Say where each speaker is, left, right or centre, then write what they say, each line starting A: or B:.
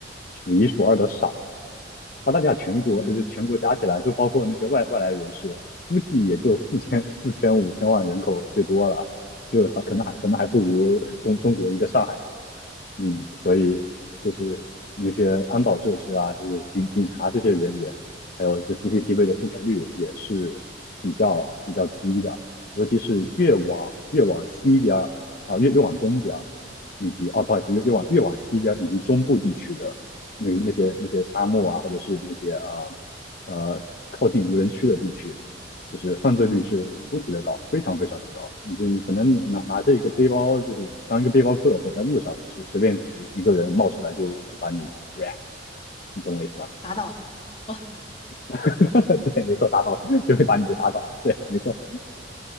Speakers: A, on the left; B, on the left.
A: 数一数二的少。澳大利亚全国呃就全国加起来，
B: 嗯
A: 就包括那些外外来人士，估计也就四千四千五千万人口最多了，就还可能还可能还不如中中国一个上海多。嗯，所以就是那些安保设施啊，就是警警察这些人员，还有这 CCTV
B: 嗯
A: 的覆盖率也是比较比较低的，尤其是越往越往西边儿啊、越越往东边儿，以及啊，不好意思，越越往越往西边儿以及中部地区的那那些那些沙漠啊，或者是那些啊呃靠近无人区的地区，就是犯罪率是出奇的高，
B: 嗯，
A: 非常非常的高。你就可能拿拿着一个背包，就是当一个背包客走在路上，就是随便一个人冒出来就就把你 rap，你懂我意思吧？
B: 打倒了。<laughs> 哦，
A: <laughs> 对，没错，打倒就会把你给打倒。对，没错